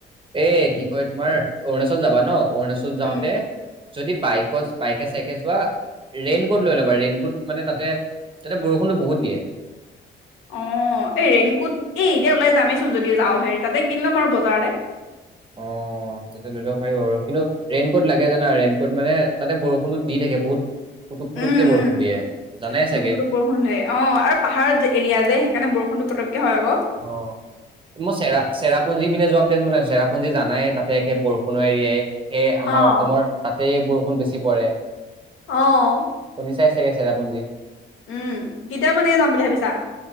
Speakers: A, on the right; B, on the left.
A: এ কি কয় তোমাৰ অৰুণাচল যাবা ন অৰুণাচলছত যাওঁতে
B: উম
A: যদি বাইকত বাইকে চাইকে যোৱা ৰেইনকোট লৈ ল'বা ৰেইনকোট মানে তাতে তাতে বৰষুণতটো বহুত দিয়ে
B: অ এই ৰেইনকোট এই এতিয়া ওলাই যামেইচোন যদি যাওঁ হেৰি তাতে কিনি ল'ম আৰু বজাৰতে
A: অ তেতিয়া লৈ ল'ব পাৰিব আৰু কিন্তু ৰেইন কোট লাগে জানা ৰেইনকোট মানে তাতে বৰষুণটো দি থাকে বহুত পুটুক পুটুককে
B: উম
A: বৰষুণ
B: উম
A: দিয়ে জানাই
B: পুটুব
A: চাগে।
B: পুটুব বৰষুণে অ আৰু পাহাৰৰ যে এৰিয়া যে সেইকাৰণে বৰষুণো পতককে হয় আক
A: অ মই চেৰা চেৰাপুঞ্জি পিনে যোৱা প্লেন মানে জেৰাপুঞ্জ জানাই তাতে একে বৰষণৰ এৰিয়াই সেয়ে আমাৰ
B: অহ
A: অসমৰ তাত তেই বৰষুণ বেছি পৰে।
B: আহ',
A: নিচাইচাগে আছে চেৰাপুনযি,
B: উম' কেতিয় মানে যাম বুলি ভাবিছা।